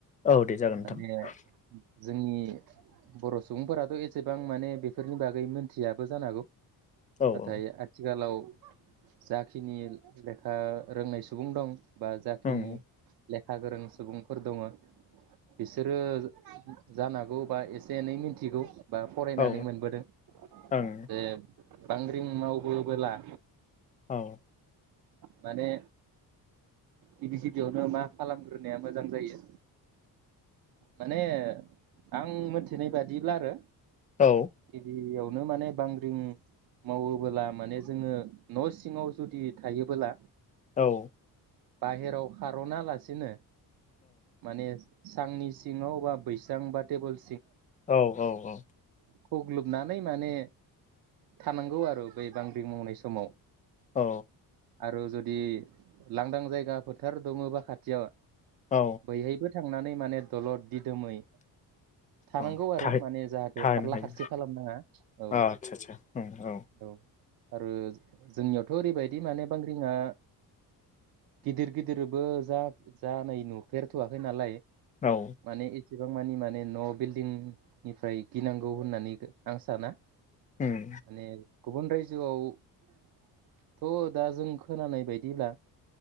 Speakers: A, on the left; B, on the right.
A: औ दे जागोन नोंथां
B: माने जोंनि बर सुबुंफोराथ एसेबां माने बेफोरनि बागै मोनथियाबो जानो हागौ
A: औ
B: नाथाय
A: औ
B: आथिखालाव जाखिनि लेखा रोंनाय सुबुं दं बा जाखिनि
A: ओं
B: लेखा गोरों सुबुंफोर दङ बिसोरो जानांगौ बा एसे एनै मिथिगौ बा फरायनानै
A: औ
B: मोनबोदों
A: ओं
B: बे बांग्रि मावबोबोला
A: औ।
B: माने गिबि गिबियावनो मा खालामग्रोनाया मोजां जायो माने आं मोनथिनाय बादिब्ला आरो।
A: औ
B: गिबि आव बेनो माने बांग्रिं मावोबोला माने जोङो न' सिङाव जुदि थायोबोला
A: औ।
B: बाहेराव खारना लासिनो माने सांनि सिङाव बा बैसां बा टेबोल
A: औ औ औ।
B: खुगलोबनानै माने थानांगौ आरो बै बांग्रि मावनाय समाव।
A: औ
B: आरो जु दे लांदां जायगा फोथार दङबा खाथियाव।
A: औ
B: बैहायबो थां। सांनानै माने दलद दिदोमै। थानांगौ
A: औ
B: आरो
A: थाहै
B: माने जाहाथे
A: थानो
B: खारला
A: हायो
B: खारसि खालामनाङा औ
A: आदसा आदसा उम
B: औ। आरो जोंनियावथ' ओरैबायदि माने बांग्रिंआ। गिदिर गिदिरबो जा जानाय नुफेरथ'वाखै नालाय।
A: औ।
B: माने एसेबां मानि माने न' बिल्डिंनिफ्राय गिनांगौ होननानै आं साना। माने
A: उम
B: गुबुन रायजोआवथ' दा जों खोनानाय बायदिब्ला।